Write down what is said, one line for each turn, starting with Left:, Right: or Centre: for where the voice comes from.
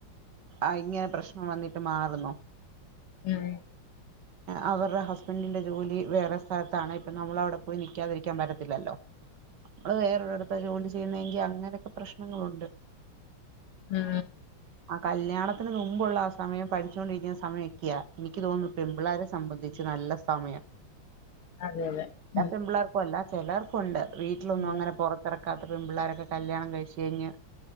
Right: ആ ഇങ്ങനെ പ്രശ്നം വന്നിട്ട് മാറുന്നു
Left: ഉം
Right: അവറ ഹസ്ബന്റിന്റ ജോലി വേറെ സ്ഥലത്താണ് ഇപ്പം നമ്മള അവിട പോയി നിക്കാതിരിക്കാൻ പറ്റത്തില്ലല്ലോ നമ്മള് വേറൊരിടുത്ത ജോലി ചെയ്യുന്നെങ്കി അങ്ങനൊക്കെ പ്രശ്നങ്ങളുണ്ട്
Left: ഉം
Right: ആ കല്യാണത്തിന് മുമ്പുള്ള ആ സമയം പഠിച്ചോണ്ടിരിക്കുന്ന സമയോക്കെയാ എനിക്ക് തോന്നുന്നു പെൺപിള്ളാരെ സംബന്ധിച്ച് നല്ല സമയം
Left: അതെ അതെ ഉം
Right: പുള്ളാർക്കും അല്ല, ചെലർ ക്കുണ്ട്, വീട്ടിലൊന്നും
Left: അതെ.
Right: അങ്ങനെ പൊറത്തെറ ക്കാത്ത പെൺപിള്ളാരൊക്കെ കല്യാണം കഴിച്ച് കഴിഞ്ഞ്